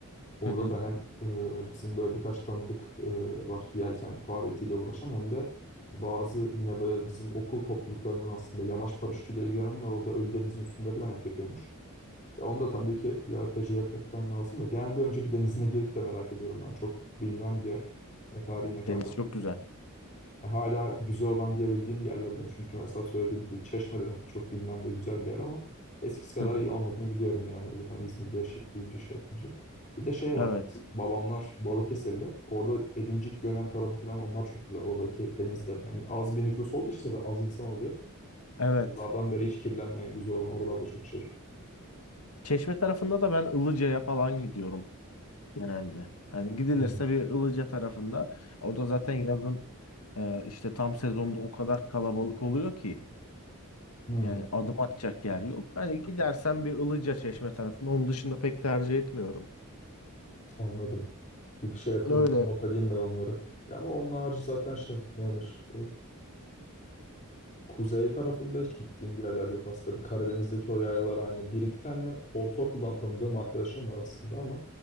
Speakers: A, on the left (about 35°); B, on the left (about 75°).
A: Orada
B: Hı hı.
A: da hem e, bizim böyle birkaç tanıdık e, var yelken faaliyetiyle uğraşan hem de bazı yine böyle bizim okul topluluklarının aslında yamaç paraşütüyle ilgilenenler orada ölü denizin üstünde falan hep yapıyormuş. Ya onu da tabii ki bir ara tecrübe etmek falan lazım da genel bir önce bir denizine girip de merak ediyorum ben. Çok bilinen bir yer. Ne kadar iyi ne kadar
B: Deniz
A: kötü.
B: çok güzel.
A: Hala güzel olan diyebildiğim yerlerden çünkü mesela söylediğim gibi Çeşme de çok bilinen ve güzel bir yer ama eskisi kadar
B: Hı hı.
A: iyi olmadığını biliyorum yani. Zaten İzmir'de yaşayıp büyüyünce şey yapınca. Bir de şey var.
B: Evet.
A: Bizim babamlar Balıkesirli. Orada Edincik, Gönen tarafı falan onlar çok güzel. Oradaki denizde. Yani az bir nüfus olduğu için zaten az insan oluyor.
B: Evet.
A: Yıllardan beri hiç kirlenmeyen güzel olan oralarda çok şey.
B: Çeşme tarafında da ben Ilıca'ya falan gidiyorum genelde. Hani gidilirse
A: Hmm,
B: bir Ilıca tarafında o da zaten yazın e, işte tam sezonda o kadar kalabalık oluyor ki.
A: hmm,
B: Yani adım atacak yer yok. Hani gidersen bir Ilıca Çeşme tarafında. Onun dışında pek tercih etmiyorum.
A: anladım. Bir şey yapayım
B: Öyle
A: ya. Not edeyim ben onları. Ya ama onun harici zaten şey ne denir? Kuzey tarafında hiç gittiğim bir yerler yok aslında. Bir Karadeniz'deki o yaylalar hani bir iki tane ortaokuldan tanıdığım arkadaşım var aslında ama